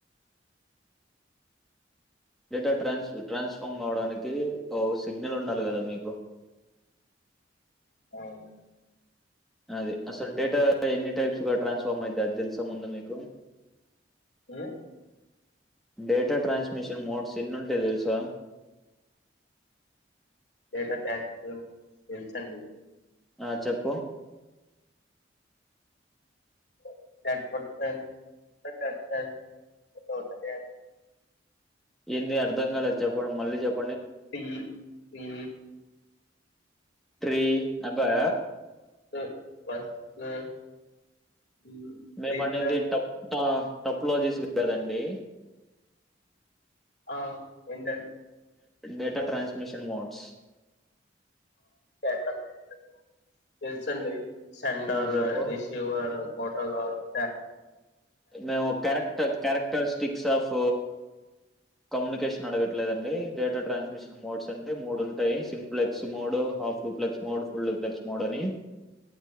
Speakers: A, in the centre; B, on the left.
A: డేటా ట్రాన్స్ ట్రాన్స్ఫామ్ కావడానికి ఓ సిగ్నల్ ఉండాలి కదా మీకు
B: అవు
A: అది అసలు డేటా ఎన్ని టైప్స్ గా ట్రాన్స్ఫార్మ్ అయితే అది తెలుసా ముందు మీకు
B: మ్
A: డేటా ట్రాన్స్మిషన్ మోడ్స్ ఎన్ని ఉంటాయి తెలుసా
B: డేటా ట్రాన్స్ఫర్ తెలుసు అండి
A: ఆ చెప్పు
B: <inaudible>
A: ఏన్ని అర్ధం కాలేదు చెప్పండి మళ్ళీ చెప్
B: టీ ఏ
A: ట్రీ అవా
B: మ్ బస్సు ఉమ్,
A: మేము
B: రిన్
A: అనేది టప్త టప్లోజీస్ కదండి
B: ఆ ఎంట
A: డేటా ట్రాన్స్మిషన్ మోడ్స్
B: తెలుసు అండి సేండర్
A: ఆ చెప్పు
B: రిసీవరు ఫోటో కావాల <inaudible>
A: మేము character characteristics of communication అడగట్లేదండి డేటా ట్రాన్స్మిషన్ మోడ్స్ అంటే మూడు ఉంటాయి simplex mode half duplex mode full duplex mode అని